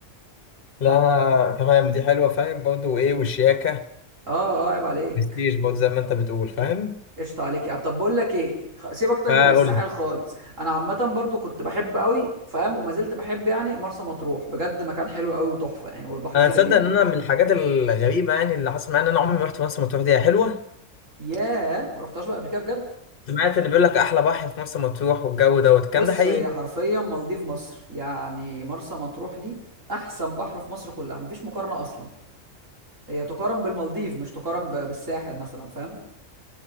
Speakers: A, on the left; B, on the right.
A: لا أنا تمام دي حلوة فاهم برضه إيه والشياكة
B: اه اه عيب عليك
A: برستيج برضه زي ما أنت بتقول فاهم؟
B: قشطة عليك يا عم طب بقول لك ايه خ- سيبك طيب
A: فقول
B: من الساحل
A: لي
B: خالص انا عامة برضو كنت بحب قوي فاهم وما زلت بحب يعني مرسى مطروح بجد مكان حلو قوي وتحفة يعني والبحر
A: أنا
B: فيه
A: تصدق
B: جميل
A: إن أنا من الحاجات الغريبة يعني اللي حصل معايا إن أنا عمري ما رحت مرسى مطروح دي هي حلوة
B: ياه ما رحتهاش بقى قبل كده بجد
A: سمعت إن بيقول لك أحلى بحر في مرسى مطروح والجو دوت الكلام
B: بص
A: ده حقيقي؟
B: هي حرفيا مالديف مصر يعني مرسى مطروح دي احسن بحر في مصر كلها مفيش مقارنة اصلا هي تقارن بالمالديف مش تقارن ب- بالساحل مثلا فاهم